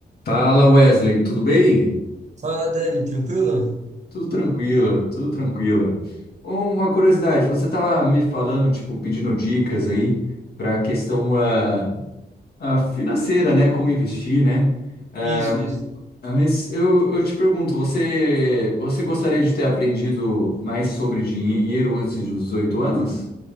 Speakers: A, on the left; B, on the right.
A: Fala Wesley, tudo bem?
B: Fala, Dani, tranquilo?
A: Tudo tranquilo, tudo tranquilo. Uma curiosidade, você estava me falando, tipo, pedindo dicas aí para a questão ah, ah, financeira, né? Como investir, né? Ah,
B: Isso, isso.
A: ah, mas eu, eu te pergunto, você, você gostaria de ter aprendido mais sobre dinheiro antes dos 18 anos?